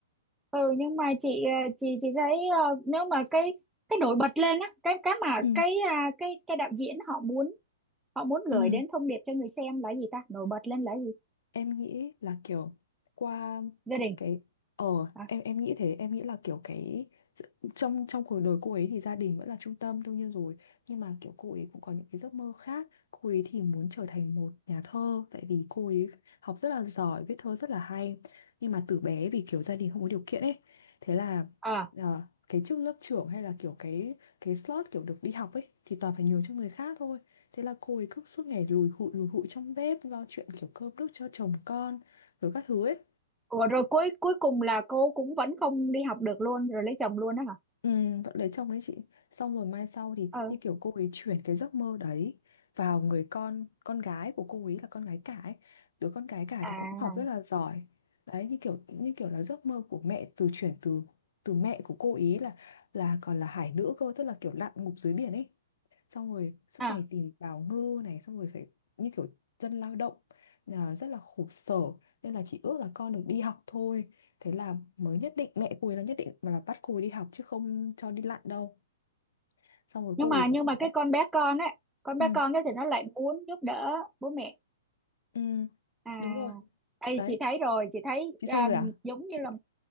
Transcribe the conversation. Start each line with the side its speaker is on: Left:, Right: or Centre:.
Centre: ừ nhưng mà chị ờ, chị chị thấy ờ, nếu mà cái cái nổi bật lên á cái cái mà
Left: ừ
Centre: cái à, cái cái đạo diễn họ muốn họ muốn
Left: ừ
Centre: gửi đến thông điệp cho người xem là gì ta nổi bật lên là gì
Left: em nghĩ là kiểu qua
Centre: gia đình
Left: cái ờ
Centre: à,
Left: em em nghĩ thế em nghĩ là kiểu cái trong trong cuộc đời cô ấy thì gia đình vẫn là trung tâm đương nhiên rồi nhưng mà kiểu cô ấy cũng có những cái giấc mơ khác cô ấy thì muốn trở thành một nhà thơ tại vì cô ấy học rất là giỏi viết thơ rất là hay nhưng mà từ bé vì kiểu gia đình không có điều kiện ấy thế là
Centre: à
Left: ờ, cái chức lớp trưởng hay là kiểu cái cái slot kiểu được đi học ấy thì toàn phải nhường cho người khác thôi Thế là cô ấy cứ suốt ngày lùi hụi lùi hụi trong bếp lo chuyện kiểu cơm nước cho chồng con rồi các thứ ấy.
Centre: ủa, rồi cuối cuối cùng là cô cũng vẫn không đi học được luôn rồi lấy chồng luôn đó hả
Left: Ừ, vẫn lấy chồng đấy chị xong rồi mai sau thì
Centre: ờ
Left: như kiểu cô ấy chuyển cái giấc mơ đấy vào người con con gái của cô ấy là con gái cả ấy đứa con gái cả
Centre: à
Left: thì cũng học rất là giỏi đấy như kiểu như kiểu là giấc mơ của mẹ từ chuyển từ từ mẹ của cô ý là là còn là hải nữ cơ tức là kiểu lặn ngụp dưới biển ấy xong rồi suốt
Centre: à
Left: ngày tìm bào ngư này xong rồi phải như kiểu dân lao động là rất là khổ sở nên là chị ước là con được đi học thôi Thế là mới nhất định mẹ cô ấy là nhất định và là bắt cô ấy đi học chứ không cho đi lặn đâu. Xong rồi
Centre: nhưng
Left: cô
Centre: mà
Left: ấy cũng
Centre: nhưng mà
Left: đấy.
Centre: cái con bé con á con bé
Left: Ừ,
Centre: con ấy thì nó lại muốn giúp đỡ bố mẹ
Left: ừ,
Centre: à
Left: đúng rồi.
Centre: đây
Left: Đấy,
Centre: chị thấy rồi chị thấy
Left: chị
Centre: à,
Left: xem rồi à?
Centre: giống như
Left: Chị,
Centre: là